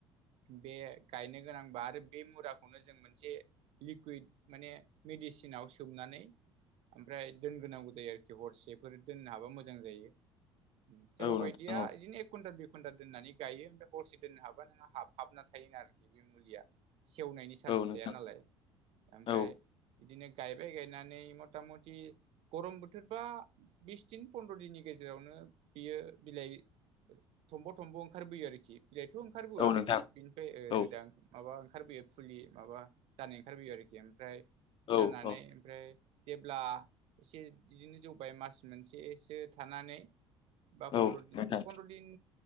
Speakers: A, on the right; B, on the left.
A: बे गायनो गोनांबा आरो बे मुराखौनो जों मोनसे लिकुइद माने मेडिसिनाव सो सोमनानै ओमफ्राय दोनग्रोनांगौ जायो आरोखि हरसेफोर दोननो हाबा मोजां जायो। सोरबा
B: औ नोंथां
A: बायदिया
B: औ
A: इदिनो एक कुइनतेल घन्ता दोननानै गायो ओमफ्राय हरसे दोननो हाबा नोंहा हाबहाबना थायोन आरोखि बे मुलिया । सेवनायनि चान्स
B: औ नोंथां
A: थाया नालाय, ओमफ्राय
B: औ
A: बिदिनो गायबाय गायनानै मता मति गरम बोथोरबा बिस दिन फन्द्र दिननि गेजेरावनो। बियो बिलाइ थमब थमब ओंखारबोयो आरोखि। बिलाइथ ओंखारबोआ
B: औ नोंथां
A: बिनिफ्राय
B: औ
A: रोदा माबा‌ ओंखारो। ओंखारबोयो फुलि माबा जानाय ओंखारबोयो आरोखि ओमफ्राय
B: औ
A: जानानै
B: औ
A: ओमफ्राय जेब्ला एसे इदिनो जौबाय मास मोनसेसो । एसो थानानै बा फन्द्र
B: औ
A: दिन
B: नोंथां
A: पन्द्र दिन।